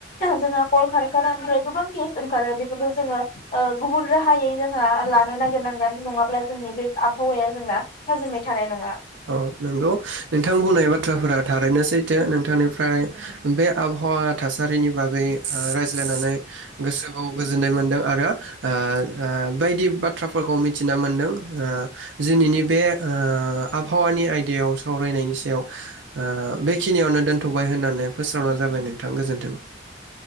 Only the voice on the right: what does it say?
औ नंगौ नोंथां बुंनाय बाथ्राफोरा थारैनो सैथो नोंथांनिफ्राय। बे आबहावा थासारिनि बागै ओ ज्लायनानै। गोसोखौ गोजोननाय मोनदों आरो। ओ ओ बायदि बाथ्राफोरखौ मि थिना मोनदों ओ <unintelligible> बे। ओ आबहावानि आयदायाव सावरायनायनि सायाव ओ बेखिनियावनो दोनथ'बाय होननानै फोस्रावना जाबाय नोंथां गोजोन्थों।